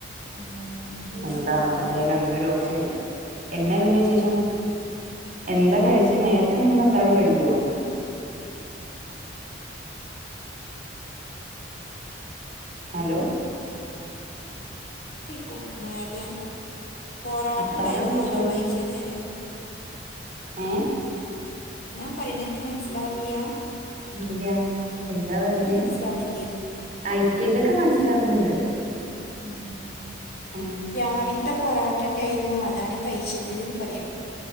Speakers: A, on the left; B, on the right.
A: ഉം, ഇഷ്,
B: എന്താണോ
A: ഇത്
B: എന്തായാലും അങ്ങനെ ഒരു ഓപ്ഷനില്ല എന്ന
A: ഉം,
B: പിന്നെ വിശേഷം എന്താ കഴിച്ചെ നേരത്തെ നിങ്ങൾ അത്താഴം കഴിക്കുവോ ഹലോ
A: കൈക്കും നേരത്ത പൊറാട്ടണ്ടായിരുന്നു
B: അത്താഴം കുടിച്ചോന്ന്?
A: അതാ കയ്ച്ചത് പറയാ
B: ഏ
A: ഞാൻ പറയണനക്ക് മനസ്സിലാവണില്യാ.
B: ഇല്ല എന്താ പറഞ്ഞേ,
A: മനസ്സിലാവണില്ലേ
B: ആ ഇപ്പ ഇതൊക്കെ മനസ്സിലാവുന്നുണ്ട്.
A: ഉം
B: ഏ
A: രാവിലത്തെ പൊറാട്ട ഇണ്ടായിരുന്നു അതാണ് കഴിച്ചത് ന്ന് പറയാ.